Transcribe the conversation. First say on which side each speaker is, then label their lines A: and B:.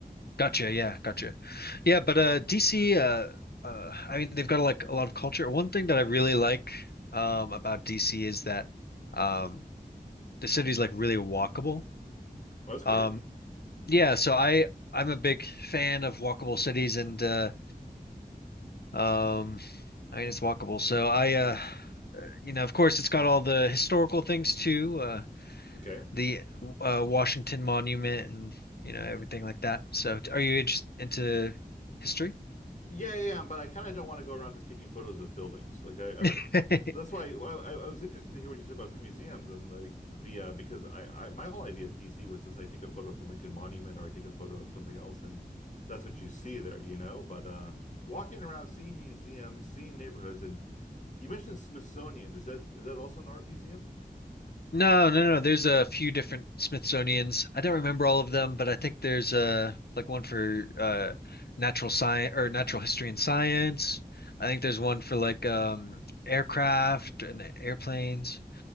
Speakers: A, on the left; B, on the left.
A: Gotcha. Yeah, gotcha. Yeah, but uh, DC. Uh, uh, I mean, they've got like a lot of culture. One thing that I really like um, about DC is that um, the city's like really walkable.
B: Well, that's
A: Um,
B: great.
A: yeah, so I I'm a big fan of walkable cities and uh, Um, I mean, it's walkable. So I, uh, uh, you know, of course, it's got all the historical things too, uh,
B: Okay.
A: the uh, Washington Monument and you know everything like that. So, t- are you interested into history?
B: Yeah, yeah, yeah, but I kind of don't want to go around just taking photos of buildings. Like I, I
A: <laughs>
B: that's why well, I, I was interested to hear what you said about free museums and like the uh, because I, I my whole idea of DC was just I take a photo of the Lincoln Monument or I take a photo of something else and that's what you see there, you know. But uh, walking around, seeing museums, seeing neighborhoods, and you mentioned Smithsonian. Is that is that also an art museum?
A: No, no, no. There's a few different Smithsonian's. I don't remember all of them, but I think there's uh like one for uh natural science or natural history and science. I think there's one for like um aircraft and airplanes.